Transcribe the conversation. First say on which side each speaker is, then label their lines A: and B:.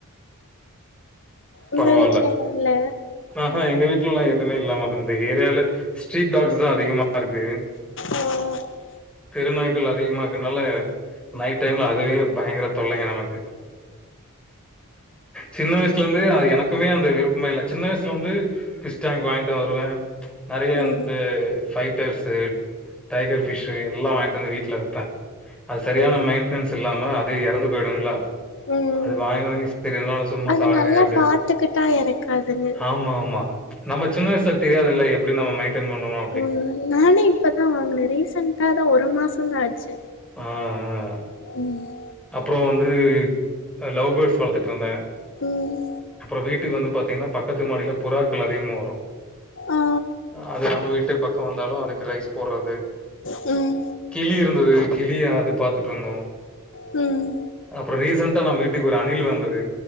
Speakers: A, on the left; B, in the centre.
A: உங்க
B: பரவால்ல
A: வீட்ல என்ன இல்ல
B: ஆஹா எங்க வீட்ல எல்லா எதுமே இல்லம்மா. இந்த ஏரியால ஸ்ட்ரீட் டாக்ஸ் தா அதிகமா ருக்கு.
A: ஆ
B: தெருநாய்கள் அதிகமா இருக்கனால நைட் டைம்ல அதுவே பயங்கர தொல்லைங்க நமக்கு. சின்ன வய்ஸ் லந்தே அது எனக்குமே அந்த விருப்பமே இல்ல சின்ன வயசுல வந்து பிஸ் டேங்க் வாய்ங்ட்டு வருவே. நறைய வந்து
A: ம்
B: ஃபைட்டர்ஸு டைகர் ஃபிஷு எல்லா வாய்ட்டு வந்து வீட்ல வெப்பே. அது சரியான
A: ஆ
B: மெயின்ட்னன்ஸ் இல்லாம அதே எறந்து போய்டுமில்ல.
A: ம்
B: அது வாங்கி வாங்கி <inaudible> சும்மா
A: அத
B: சாகுதே
A: நல்லா
B: அப்டின்ட்டு
A: பாத்துக்கிட்டா இறக்காதுங்க
B: ஆமா ஆமா. நம்ம சின்ன வயசுல தெரியதுல்ல எப்டி நம்ம மெய்ன்டென் பண்ணணு.
A: உ நானே இப்பதா வாங்குனே ரீசன்ட்டாதா ஒரு மாசந்தா ஆச்சு.
B: ஆ ஆ.
A: ம்.
B: அப்புறோ வந்து அ லவ் பேட்ஸ் வளத்துட்ருந்தே.
A: ம்
B: அப்புறோ வீட்டுக்கு வந்து பாத்தீங்கன்னா பக்கத்து மாடில புறாக்கள் அதிகமா வரு.
A: ஆ
B: அது நம்ம வீட்டு பக்கோ வந்தாலு அதுக்கு ரைஸ் போட்றது.
A: ம்
B: கிளி இருந்தது கிளியா அது பாத்துட்டு வந்தோ
A: ம்
B: அப்றோ ரீசண்டா நம்ம வீட்டுக்கு ஒரு அணில் வந்தது